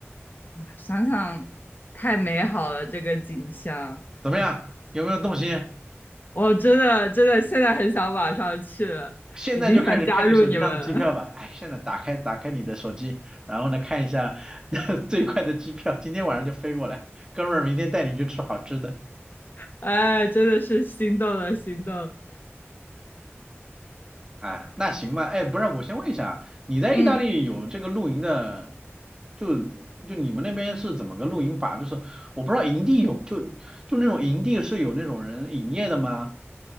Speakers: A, on the left; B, on the right.
A: 想想太美好了，这个景象，
B: 怎么样？有没有动心？
A: 我真的真的现在很想马上去了，
B: 现在就开始看你手机上的机票吧。
A: 已经想加入你们了。
B: 哎，现在打开打开你的手机，然后呢看一下 <laughs> 最快的机票，今天晚上就飞过来。哥们儿，明天带你去吃好吃的。
A: <laughs> 哎，真的是心动了，心动了
B: 啊，那行吧。哎，不是，我先问一下啊，你在意大利有这个露营的，
A: 嗯。
B: 就就你们那边是怎么个露营法？就是我不知道营地有就就那种营地是有那种人营业的吗？